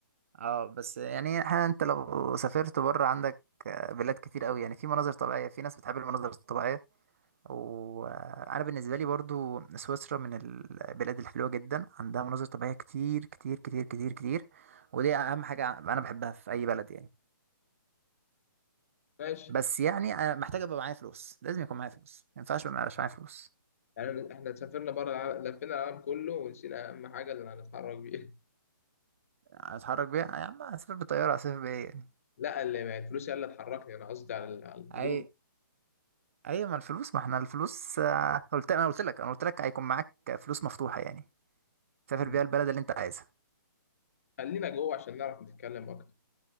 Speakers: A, on the right; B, on the left.
A: اه بس يعني احنا انت لو سافرت بره عندك آه، بلاد كتير قوي يعني في مناظر طبيعية في ناس بتحب المناظر الطبيعية وانا بالنسبة لي برضو سويسرا من البلاد الحلوة جدا عندها مناظر طبيعية كتير كتير كتير كتير كتير ودي اهم حاجة انا بحبها في اي بلد يعني
B: ماشي
A: بس يعني أنا محتاج ابقى معايا فلوس لازم يكون معايا فلوس ما ينفعش ما يبقاش معايا فلوس
B: يعني احنا سافرنا بره الع- لفينا العالم كله ونسينا أهم حاجة اللي هنتحرك بيها
A: اتحرك بيها يا عم اسافر بالطيارة اسافر بايه يعني
B: لا اللي ما الفلوس هي اللي تحركني أنا قصدي على ال- على الفلوس
A: اي ايوه ما الفلوس ما احنا الفلوس آه، قلت انا قلت لك انا قلت لك هيكون معاك فلوس مفتوحه يعني تسافر
B: مم.
A: بيها البلد اللي انت عايزها
B: خلينا جوه عشان نعرف نتكلم أكتر